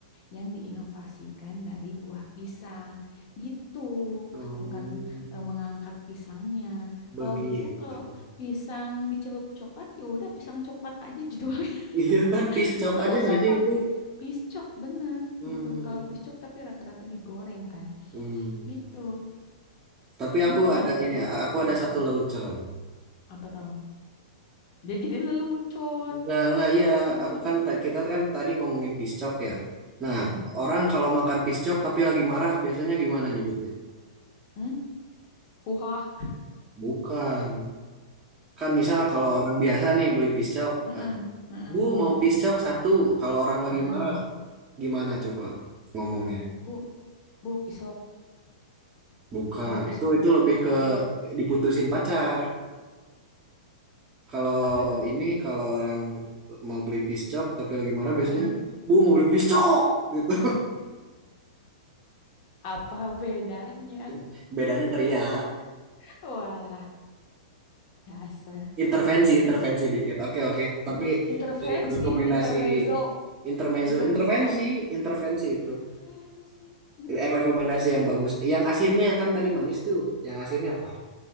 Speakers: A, on the left (about 45°); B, on the right (about 25°).
A: yang diinovasikan dari buah pisang. Gitu,
B: Oh,
A: bukan eh, mengangkat pisangnya.
B: begitu.
A: Kalau gitu, kalau
B: <laughs>
A: pisang dicelup coklat, ya udah pisang coklat aja judulnya. <laughs>
B: Iya kan piscok
A: Nggak
B: aja
A: usah
B: nggak sih
A: pakai
B: itu?
A: piscok, bener
B: Hmm.
A: gitu. Kalau piscok tapi rata-rata digoreng kan.
B: Hmm.
A: Gitu.
B: Tapi
A: Ini
B: aku
A: kan
B: ada
A: ada judul
B: ini,
A: cake-nya.
B: aku ada satu lelucon.
A: Apa tahu? Dia jadi lelucon.
B: Enggak, enggak, iya.
A: Heeh.
B: Aku kan, ta- kita kan tadi ngomongin piscok ya. Nah,
A: Heeh.
B: orang kalau makan piscok tapi lagi marah, biasanya gimana nyebutnya?
A: Hmm? Huha.
B: Bukan. Kan misal kalau orang biasa nih beli piscok,
A: Heeh,
B: eh,
A: heeh,
B: Bu mau piscok satu. Kalau orang lagi
A: heeh.
B: marah, gimana coba ngomongnya?
A: Bu, bu pisok,
B: Bukan,
A: bu pisok.
B: itu itu lebih
A: Apa?
B: ke diputusin pacar. Kalau
A: Apa tuh?
B: ini kalau orang mau beli piscok tapi lagi marah biasanya,
A: Heeh.
B: Bu mau beli piscok gitu.
A: Apa bedanya?
B: <laughs> Bedanya teriak,
A: <laughs> Walah, dasar.
B: intervensi intervensi dikit. Oke oke. Tapi
A: In- intervensi,
B: eh, rekomendasi
A: intermezzo,
B: intermezzo,
A: intermezzo.
B: intervensi intervensi itu.
A: Intervensi, intervensi.
B: Eh, rekomendasi yang bagus. Yang asinnya kan tadi manis tuh. Yang asinnya apa?